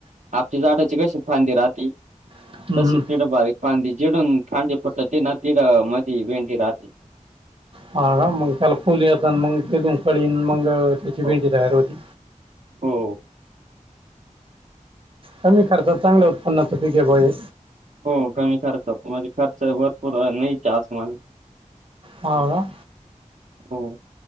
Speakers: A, on the right; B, on the right.
A: आप जाडाची कशी फांदी राहते
B: हम्म,
A: तशी
B: हम्म.
A: त बारी ां जेडून पांे पटतात ते ना तेरा मध्ये वेंडी राहते.
B: हा मग त्याला फली जता मग तेून कळीन मग त्याची भेंडी
A: हो
B: तयार होती.
A: हो.
B: कमी खर्चात चांगल्या उत्पन्नाच पिके पा आहे.
A: हो कमी खर्चतो म्हणजे खर्च भरपूर आहे नाहीचे आसमान
B: हा.
A: हो.